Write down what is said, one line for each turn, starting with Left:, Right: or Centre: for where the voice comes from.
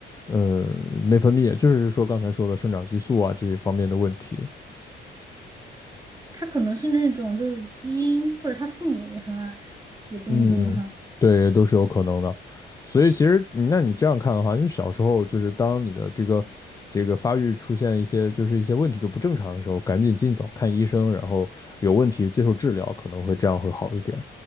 Left: 呃，内分泌，就是说刚才说的生长激素啊这一方面的问题，
Right: 他可能是那种就是基因，或者他父母也很矮，也不一定哈。
Left: 嗯，对，都是有可能的。所以其实，那你这样看的话，就小时候就是当你的这个这个发育出现一些就是一些问题就不正常的时候，赶紧尽早看医生，然后有问题接受治疗，可能会这样会好一点，